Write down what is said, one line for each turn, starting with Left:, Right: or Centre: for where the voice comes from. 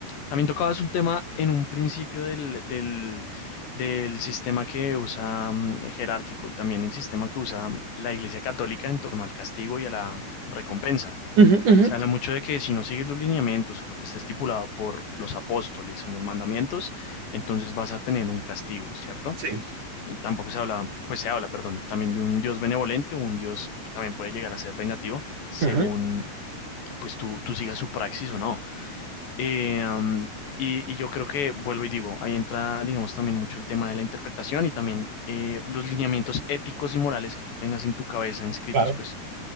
Left: También tocabas un tema en un principio del, del, del sistema que usa mm, jerárquico y también el sistema que usa la Iglesia Católica en torno al castigo y a la recompensa.
Right: Ujú, ujú,
Left: Se habla mucho de que si no sigues los lineamientos o lo que está estipulado por los apóstoles o en los mandamientos, entonces vas a tener un castigo, ¿cierto?
Right: Sí,
Left: Y tampoco se habla, pues se habla, perdón, también de un Dios benevolente o un Dios que también puede llegar a ser vengativo según
Right: ujú,
Left: pues tú, tú sigas su praxis o no. Eh, um, y, y yo creo que vuelvo y digo, ahí entra, digamos, también mucho el tema de la interpretación y también eh, los lineamientos éticos y morales que tú tengas en tu cabeza inscritos,
Right: claro.
Left: pues,